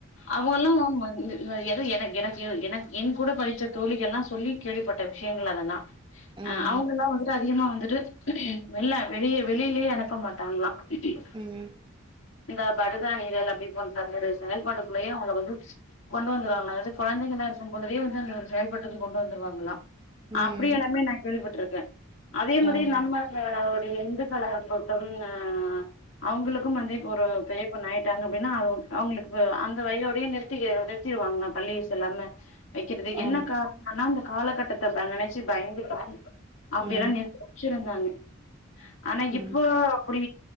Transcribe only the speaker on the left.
அவுங்ல்லா எது என எனக்கு எனக்கு என் கூட படிச்ச கோழிகள் எல்லா சொல்லி கேள்விப்பட்ட விஷயங்கள் அதெல்லா
அஹ் அவுங்கெல்லா வந்துட்டு அதிகமா வந்துட்டு வெல்ல வெளிய வெளிலயே அனுப்ப மாட்டாங்களா ஹிக்ஹம்
இந்த படுகா நீரல் அப்படி போன்ற ஒரு செயல்பாட்டுக்குள்ளயே அவுங்கல வந்து கொண்டு வந்துருவாங்களா அது குழந்தைகளா இருக்கும்பொழுதே வந்து அந்த ஒரு செயல்பாட்டுக்கு கொண்டு வந்துருவாங்களா
அப்படி எல்லாமே நா கேள்விப்பட் ட்டு இருக்க அதே மாரி
நம்ம அப்படி எந்து கலர போட்டும் ஹ் அவுங்களுக்கும் வந்து இப்போ ஒரு பெரியப் பொண்ணாயிட்டாங்க அப்படின்னா அது அவங்களுக்கு அந்த வயோடையே நிறுத்தி நிறுத்திருவாங்ளா பள்ளி செல்லாம வெக்கிறதுக்கு
என்ன காரணோனு சொன்னா காலகட்டத்த ப நினைச்சு பயந்துகிறோ அப்படி
எல்லா நிருத்தி வெச்சிறந்தாங்க ஆனா
இப்போ அப்படி